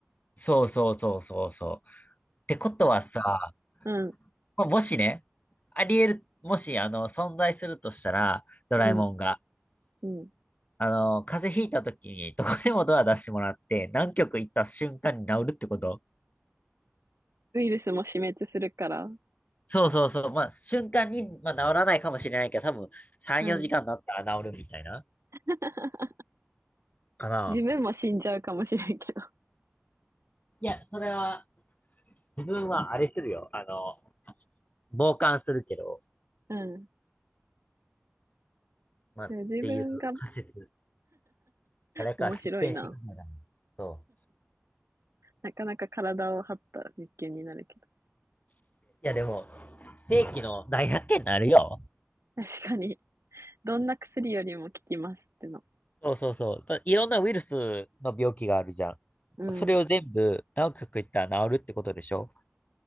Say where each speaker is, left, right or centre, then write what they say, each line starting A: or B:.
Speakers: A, on the left (about 35°); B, on the right (about 80°).
A: そうそうそうそうそう。ってことはさ、
B: うん、
A: まあもしね、あり得る、もし、あの、存在するとしたら、ドラえもんが、
B: うん、うん。
A: あの、風邪ひいた時にどこでもドア出してもらって、何極行った瞬間に治るってこと
B: ウイルスも死滅するから。
A: そうそうそう。まあ、瞬間に、まあ、治らないかもしれないけど、多分3、
B: うん。
A: 4時間だったら治るみたいな。
B: <laughs>
A: かな。
B: 自分も死んじゃうかもしれんけど。
A: いや、それは、自分はあれするよ。あの、傍観するけど、
B: うん。
A: まあ、
B: でも自分が
A: っていう仮説。誰か実験してくれない。
B: 面白いな。
A: そ
B: なかなか体を張った実験になるけど。
A: う。いや、でも、世紀の大発見になるよ。
B: 確かに、どんな薬よりも効きますっての。
A: そうそうそう。だいろんなウイルスの病気があるじゃん。
B: うん。
A: それを全部、何極行ったら治るってことでしょ